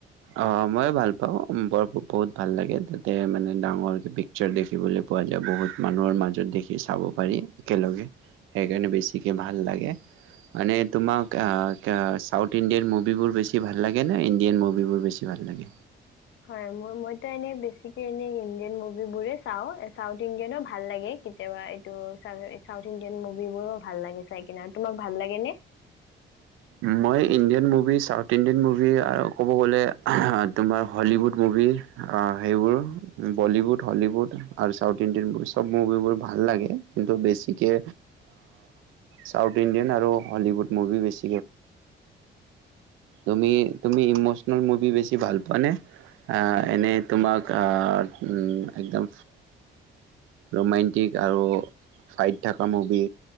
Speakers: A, on the right (about 85°); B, on the left (about 70°).
A: অ মই ভাল পাওঁ বৰ বহুত ভাল লাগে তাতে মানে ডাঙৰ পিকচাৰ অ অ, মইও ভাল পাওঁ, ব-বহুত ভাল লাগে ডাঙৰ কে পিকচাৰ দেখিবলৈ পোৱা যায়। বহুত মানুহৰ মাজত দেখি চাব পাৰি একেলগে সেইকাৰণে বেছিকে ভাল লাগে মানে তোমাক চাউথ ইণ্ডিয়ান মুভিবোৰ বেছি ভাল লাগে ন ইণ্ডিয়ান মুভিবোৰ? বেছি ভাল লাগে।
B: হয়, ম, মইতো এনেই বেছিকে এনে ইণ্ডিয়ান মুভিবোৰে চাও। চাউথ ইণ্ডিয়ানো ভাল লাগে কিন্তু কেতিয়াবা এইটো চা-চাউথ ইণ্ডিয়ান মুভিবোৰো ভাল লাগে চাই কিনে, আৰু তোমাক ভাল লাগে নে?
A: মই Indian movie, south Indian movie, আৰু ক'ব গ'লে তোমাৰ হলিউড মুভি সেইবোৰ বলীউড হলিউড আৰু চাউথ ইণ্ডিয়ান মুভি চব মুভিবোৰ ভাল লাগে। কিন্তু বেছিকৈ চাউথ ইণ্ডিয়ান আৰু হলীউড মুভি বেছি। তুমি-তুমি ইমচনেল মুভি বেছি ভাল পোৱা নে, আহ এনে তোমাক আহ উ একদম ৰোমণ্টিক আৰু ফাইট থকা মুভি